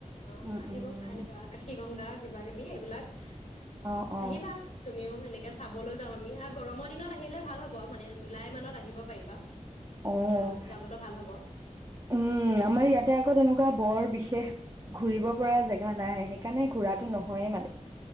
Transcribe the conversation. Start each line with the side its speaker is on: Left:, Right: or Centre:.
Left: অ,
Right: উম
Left: আহিব
Right: উম
Left: এনেকুৱা আকশী গংগা কিবা-কিবি এইবিলাক
Right: অ অ
Left: আহিবা! তুমিও এনেকে চাবলৈ যাম আমি আ গমৰ দিনত আহিলে ভাল হ'ব, মানে জুলাই মানত আহিব পাৰিবা তেতিয়া
Right: অ',
Left: যাবলৈ ভাল হ'ব
Right: উম, আমাৰ ইয়াতে আকৌ তেনেকুৱা বৰ বিশেষ ঘূৰিব পৰা জেগা নাই সেইকাৰণে ঘূৰাটো নহয়ে মানে।